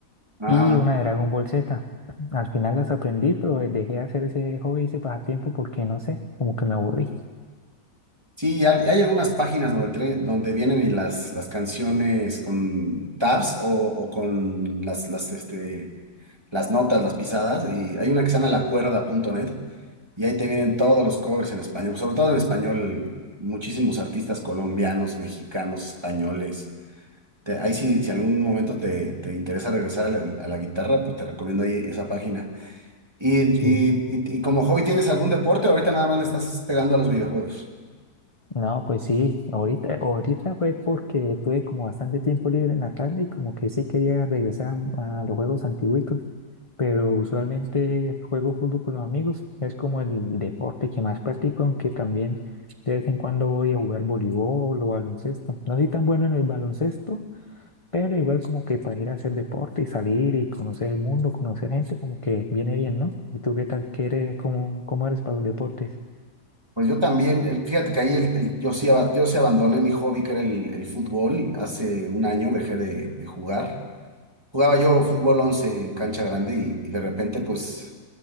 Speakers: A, on the right; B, on the left.
A: y-
B: y
A: ajá.
B: una de Dragon Ball Z. Al final las aprendí, pero eh, dejé de hacer ese hobby, ese pasatiempo, porque no sé, como que me aburrí.
A: Sí, hay, hay algunas páginas donde, tre- donde vienen y las, las canciones con tabs o, o con las, las, este, las notas, las pisadas. Y hay una que se llama lacuerda.net y ahí te vienen todos los covers en español, sobre todo en español, muchísimos artistas colombianos, mexicanos, españoles. Te- ahí sí, si algún momento te, te interesa regresar a la, a la guitarra, pues te recomiendo ahí esa página. Y, y,
B: Sí.
A: y, y como hobby, ¿tienes algún deporte? Ahorita nada más le estás pegando a los videojuegos.
B: No, pues sí, ahorita, ahorita fue porque tuve como bastante tiempo libre en la tarde y como que sí quería regresar a los juegos antiguitos, pero usualmente juego fútbol con los amigos, es como el deporte que más practico, aunque también de vez en cuando voy a jugar voleibol o baloncesto. No soy tan bueno en el baloncesto, Pero igual como que para ir a hacer deporte y salir y conocer el mundo, conocer gente, como que viene bien, ¿no? ¿Y tú qué tal? ¿Qué eres? ¿Cómo, cómo eres para los deportes?
A: Pues yo también, el- fíjate que ahí el- el- yo sí, aba- yo sí abandoné mi hobby, que era el, el fútbol. Hace un año dejé de, de jugar. Jugaba yo fútbol 11 en cancha grande y, y de repente, pues,